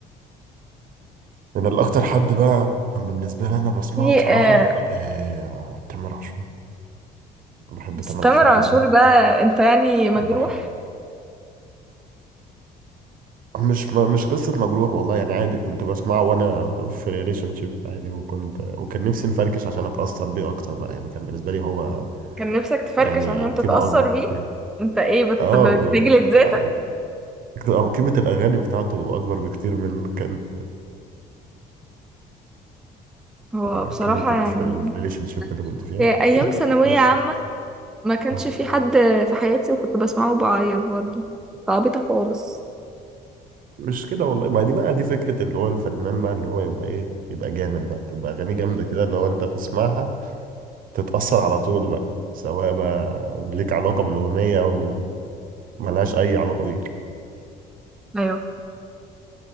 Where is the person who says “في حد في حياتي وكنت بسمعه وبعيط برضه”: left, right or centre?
Centre